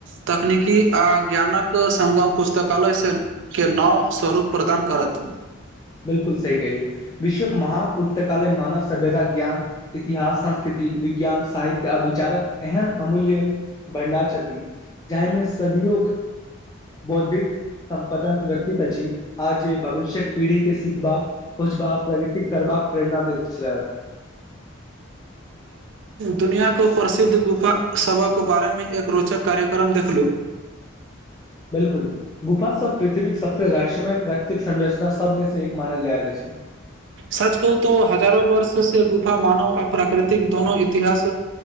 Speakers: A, on the right; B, on the left.
A: तकनीकी आ ज्ञानक संग्गम पुस्तकालय से के नव सरू रूप प्रदान करत
B: बिलकुल सही कहलियै विश्वके महान पुस्तक काले मानव सभ्यता ज्ञान इतिहास संस्कृति विज्ञान साहित्य आ विचारक एहन अमूल्य भंडार छथि जाहिमे सदियो बौद्धिक सम्पदा सुरक्षित अछि आ जे भविष्यक पीढ़ी के सिखबा सोचबा प्रगृति करबाक प्रेरणा दैत छलैत
A: दुनिआके प्रसिद्ध गुफा सबक बारेमे एक रोचक कार्यक्रम देखलू
B: बिलकुल गुफा सब पृथ्वी सबसँ रहस्यमय प्राकृतिक संरचना सबमे से एक मानल जाय रहै
A: सच कहू तो हजारो वर्ष से गुफा मानव आ प्राकृतिक दोनो इतिहास